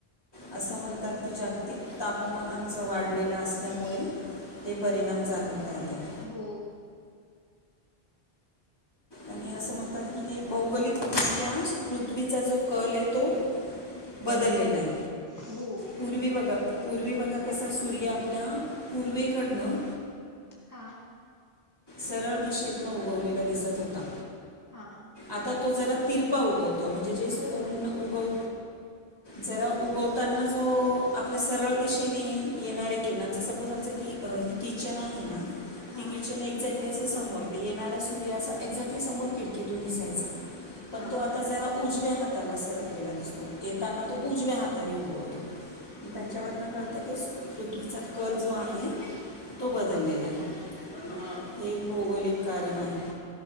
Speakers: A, on the left; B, on the right.
A: असं म्हणतात की जागतिक तापमानच वाढलेलं असल्यामुळे हे परिणाम जाणवता येत..
B: हो.
A: आणि असं म्हणतात की जे भौगोलिक दृष्ट्या पृथ्वीचा जो कलं तो बदललेलाय..
B: हो
A: पूर्वी
B: का
A: बघा पूर्वी बघा कसा सूर्य आपल्या पूर्वेकडनं
B: हा,
A: सरळ दिशेतन उगवलेला दिसत होता..
B: हा हा..
A: आता तो जरा तिरपा उगवतो म्हणजे जेस्
B: हो
A: ऊन उगव जरा उगवताना जो आपल्या सरळ दिशेने येणारे किरणांचा सपोज आमच कि अ ही किचन आहे ना
B: हा
A: ती कि, एक्झाक्टली अस समोर ते येणारा सूर्य असा एक्झॅक्टली समोर खिडकीतून दिसायचा.. पण
B: हा
A: तो आता
B: हा
A: जरा उजव्या हाताला सरकलेला दिसतो येताना तो उजव्या हाताने उगवतो...
B: हो
A: त्याच्यावरन कळत तेच पृथ्वीचा कल जो आहे तो बदललेला
B: हा
A: आहे...
B: हा
A: हे एक भौगोलिक कारण आहे,